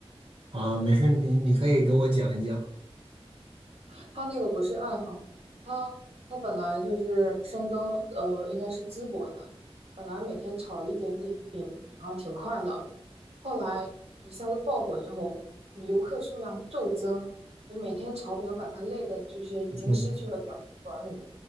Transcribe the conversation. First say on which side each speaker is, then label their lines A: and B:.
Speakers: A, on the right; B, on the right.
A: 啊，没事，你你可以跟我讲一讲。
B: 他那个不是爱好，他他本来就是山东，呃，应该是淄博的，本来每天炒一点点饼，然后挺快乐的，后来一下子爆火之后，游客数量骤增，就每天炒饼把他累的，就是已经失去了表达管理，
A: <laughs>